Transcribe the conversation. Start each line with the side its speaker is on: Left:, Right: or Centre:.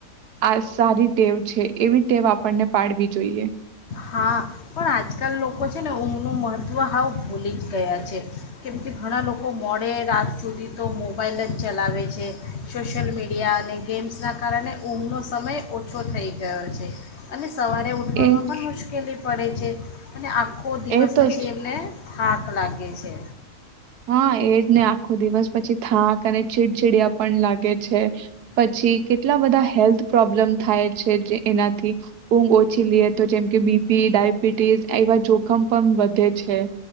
Right: આ સારી ટેવ છે એવી ટેવ આપણને પાડવી જોઈએ
Left: હા પણ આજકાલ લોકો છે ને ઊંઘનું મહત્ત્વ હાવ ભૂલી જ ગયા છે કેમ કે ઘણા લોકો મોડે રાત સુધી તો મોબાઈલ જ ચલાવે છે સોશિયલ મીડિયા અને ગેમ્સના કારણે ઊંઘનો સમય ઓછો થઈ ગયો છે અને સવારે ઉઠવામાં
Right: એ
Left: પણ પડે છે અને કોઈ દિવસ
Right: એ તો
Left: પછી એમને થાક લાગે છે
Right: હા એજ ને આખો દિવસ પછી થાક અને ચીડચીડયા પણ લાગે છે પછી કેટલા બધા હેલ્થ પ્રોબ્લેમ થાય છે જે એનાથી ઊંઘ ઓછી લઈએ તો જેમ કે બીપી ડાયબિટીસ એવા જોખમ પણ વધે છે